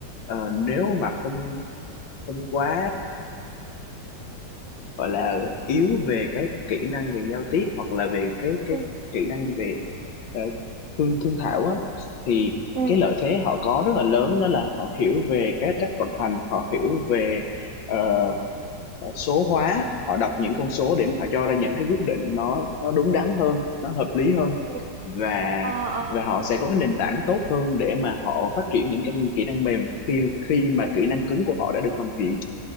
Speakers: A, on the left (about 80°); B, on the right (about 60°).
A: ờ, nếu mà không không quá gọi là yếu về cái kỹ năng về giao tiếp hoặc là về cái cái
B: ừ.
A: kỹ năng về ờ, thương thương thảo á thì
B: ừ
A: cái lợi
B: ừ
A: thế họ có rất là lớn đó là họ hiểu về cái cách vận hành họ hiểu về ờ, ờ, số hóa họ đọc những con số để mà họ cho ra những cái quyết định nó nó đúng đắn hơn nó hợp lý hơn
B: ừ
A: và
B: Ờ, ờ.
A: và họ sẽ có cái nền tảng tốt hơn để mà họ phát triển những cái kỹ năng mềm khi khi mà
B: ừ,
A: kỹ năng cứng của họ đã được hoàn thiện